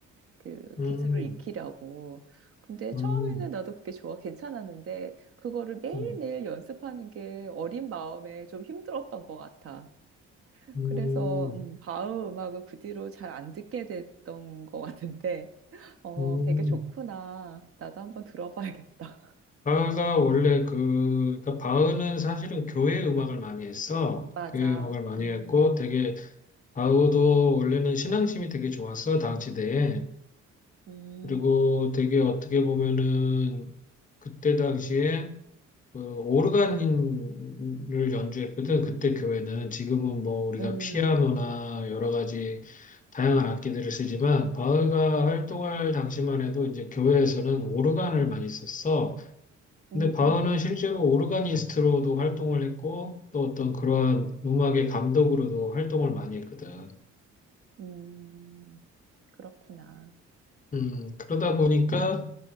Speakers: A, on the right; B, on the left.
A: 그
B: 음.
A: 기술을 익히려고. 근데
B: 음.
A: 처음에는 나도 그게 좋아, 괜찮았는데, 그거를 매일매일
B: 음.
A: 연습하는 게 어린 마음에 좀 힘들었던 것 같아.
B: 음.
A: 그래서, 음, 음, 바흐 음악을 그 뒤로 잘 안 듣게 됐던 것 같은데, 어,
B: 음.
A: 되게 좋구나. 나도 한번 들어봐야겠다.
B: 바흐가 원래 그, 그러니까 바흐는 사실은 교회 음악을 많이 했어.
A: <laughs> 맞아.
B: 교회 음악을 많이
A: 음,
B: 했고 되게 바흐도 원래는 신앙심이 되게 좋았어, 당시대에.
A: 음,
B: 그리고 되게 어떻게 보면은 그때 당시에 그 오르간을 연주했거든. 그때 교회는 지금은 뭐 우리가
A: 음,
B: 피아노나 여러 가지 다양한 악기들을 쓰지만 바흐가 활동할 당시만 해도 이제 교회에서는 오르간을 많이 썼어.
A: 음,
B: 근데 바흐는 실제로 오르가니스트로도 활동을 했고 또 어떤 그러한 음악의 감독으로도 활동을 많이 했거든.
A: 음, 그렇구나.
B: 음, 그러다 보니까